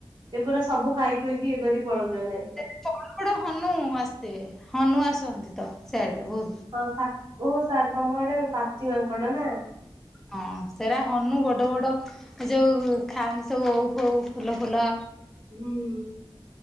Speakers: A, on the right; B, in the centre.
A: ଏ ପୁରା ସବୁ ଖାଇ ଖୁଇକି ଇଏ କରି ପଳଉଚନ୍ତି।
B: କଣ <unintelligible> ହନୁ ଆସିଥିବେ, ହନୁ ଆସନ୍ତି ତ ସେଆଡେ ବହୁତ।
A: ହଁ ଆ ଓ ସାର୍ ତମ ଆଡେ ପାତି ମାଙ୍କଡ ନା?
B: ହଁ, ସେରା ହନୁ ବଡ ବଡ ଯୋଉ ଖାଆନ୍ତି ସବୁ ଓଉ ଫୋଉ, ଫୁଲ ଫୁଲ,
A: <unintelligible>